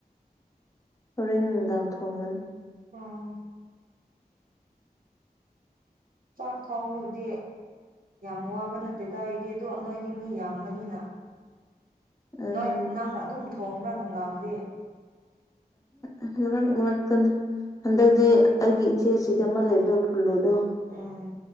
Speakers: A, on the left (about 20°); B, on the right (about 65°).
A: ꯍꯣꯔꯦꯟ ꯅꯨꯡꯗꯥꯡ ꯊꯣꯡꯒꯅꯤ
B: ꯑꯣ ꯆꯥꯛ ꯊꯣꯡꯕꯕꯨꯗꯤ ꯌꯥꯝ ꯋꯥꯕ ꯅꯠꯇꯦꯗꯗꯥꯏꯗꯤ ꯑꯗꯣ ꯅꯣꯏꯗꯤ ꯃꯤ ꯌꯥꯝꯕꯅꯤꯅ
A: ꯎꯝ
B: ꯅꯣꯏ ꯅꯪꯅ ꯑꯗꯨꯝ ꯊꯣꯡꯕ꯭ꯔꯥ ꯅꯨꯡꯗꯥꯡꯗꯤ
A: ꯎꯝꯝ ꯃꯔ ꯇ ꯍꯟꯗꯛꯇꯤ ꯑꯩꯒꯤ ꯏꯆꯦ ꯑꯁꯤꯗ ꯑꯃ ꯂꯩꯕ꯭ꯔꯥ ꯐꯨꯂꯨꯗꯣ
B: ꯎꯝ